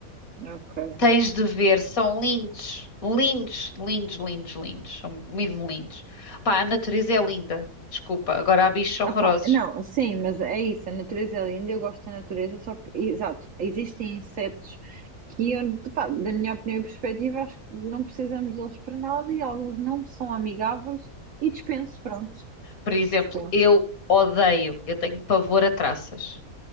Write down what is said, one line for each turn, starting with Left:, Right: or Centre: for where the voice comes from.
Right: Ok.
Left: Tens de ver, são lindos, lindos, lindos, lindos, lindos, são mesmo lindos. Pá, a natureza é linda, desculpa, agora há bichos horrorosos.
Right: Ah, pá, não, sim, mas é isso, a natureza é linda, eu gosto da natureza, só que, exato, existem insetos que eu, pá, da minha opinião e perspectiva, acho que não precisamos deles para nada e alguns não são amigáveis e dispenso, pronto,
Left: Por exemplo,
Right: dispenso.
Left: eu odeio, eu tenho pavor a traças.